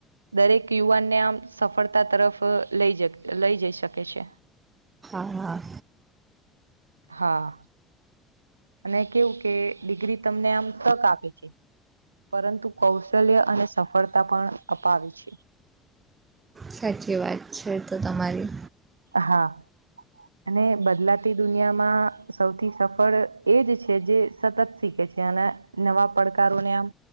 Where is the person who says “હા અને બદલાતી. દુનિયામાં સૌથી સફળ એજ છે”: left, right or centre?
Right